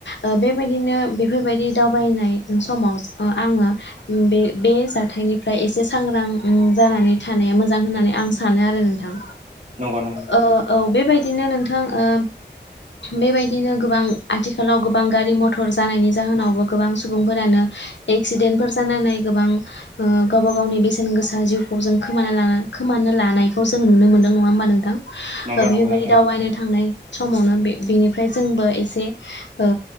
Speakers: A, on the left; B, on the right.
A: ओ बेबायदिनो बेफोरबायदि दावबायनाय समाव आङो बे बे जाथायनिफ्राय एसे सांग्रां जानानै थानाया मोजां होननानै आं सानो आरो नोंथां।
B: नंगौ नंगौ
A: ओ औ बेबायदिनो नोंथांओ बेबायदिनो गोबां आथिखालाव गोबां गारि - मथर जानायनि जाहोनावबो गोबां सुबुंफोरानो एक्सिडेन्ट फोर जानानै गोबां ओ गावबा गावनि बेसेन गोसा जिउखौ जों खोमाना खोमाना लानायखौ जों नुनो मोनदों नङा हबा नोंथां?
B: नंगौ
A: ओ बेफोरबायदि
B: नंगौ नोंथां
A: दावबायनो थांनाय समावनो बे बेनिफ्राय जोंबो एसे ओ